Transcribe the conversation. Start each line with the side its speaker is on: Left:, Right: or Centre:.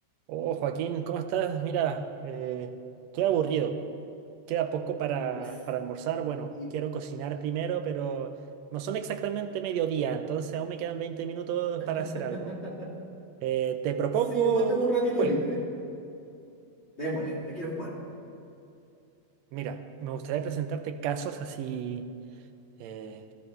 Right: Oh, Joaquín, ¿cómo estás? Mira, eh, estoy aburrido. Queda poco para,
Left: Ay,
Right: para almorzar. Bueno,
Left: sí.
Right: quiero cocinar primero, pero no son exactamente mediodía, entonces aún me quedan 20 minutos
Left: <laughs>
Right: para hacer algo. Eh, te propongo
Left: Sí, igual tengo
Right: un
Left: un ratito
Right: juego.
Left: libre. Démosle, ¿qué quieres jugar?
Right: Mira, me gustaría presentarte casos así eh,